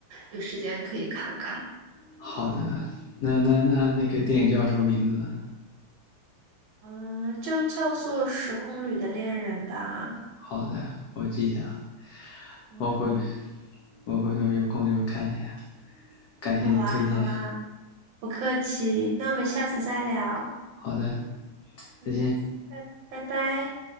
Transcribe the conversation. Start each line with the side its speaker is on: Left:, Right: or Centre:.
Right: 有时间可以看看。
Left: 好的，那那那那个电影叫什么名字呢？
Right: 嗯，就叫做《时空旅的恋人》吧。
Left: 好的，我记下了
Right: 嗯，
Left: 我回我回头有空就看一下。感谢你的推荐，
Right: 好啊，好啊，不客气，那我们下次再聊。
Left: 好的，
Right: 嗯，
Left: 再见。
Right: 拜拜拜。